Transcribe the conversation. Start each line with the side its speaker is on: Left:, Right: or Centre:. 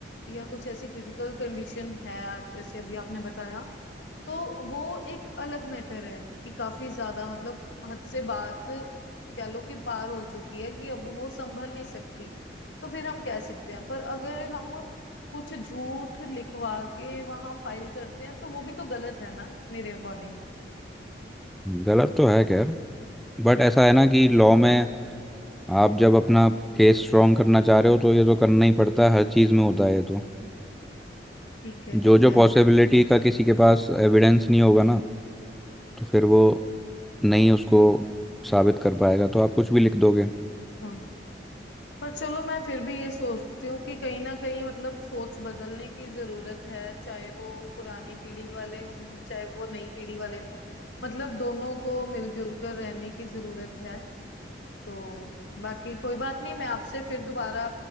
Left: या कुछ ऐसी क्रिटिकल कंडीशन है जैसे अभी आपने बताया तो वो एक अलग मैटर है कि काफी ज्यादा मतलब हद से बात कह लो कि पार हो चुकी है कि अब वो संभल नहीं सकती तो फिर हम कह सकते हैं पर अगर हम कुछ झूठ लिखवा के वहां फाइल करते हैं तो वो भी तो गलत है ना मेरे अकॉर्डिंग
Centre: गलत तो है खैर बट ऐसा है ना कि लॉ में आप जब अपना केस स्ट्रॉन्ग करना चाह रहे हो तो ये तो करना ही पड़ता है हर चीज़ में होता है ये तो
Left: ठीक है
Centre: जो
Left: ठीक
Centre: जो
Left: है
Centre: पॉसिबिलिटी का किसी के पास एविडेंस नहीं होगा ना तो फिर वो नहीं उसको साबित कर पाएगा तो आप कुछ भी लिख दोगे
Left: हाँ पर चलो मैं फिर भी ये सोचती हूँ कि कहीं ना कहीं मतलब सोच बदलने की जरूरत है चाहे वो पुरानी पीढ़ी वाले हों चाहे वो नई पीढ़ी वाले हों मतलब दोनों को मिलजुल कर रहने की जरूरत है तो बाकी कोई बात नहीं मैं आपसे फिर दोबारा